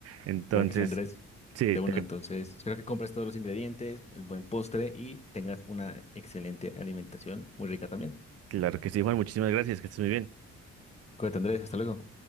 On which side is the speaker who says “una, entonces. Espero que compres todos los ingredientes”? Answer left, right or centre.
Left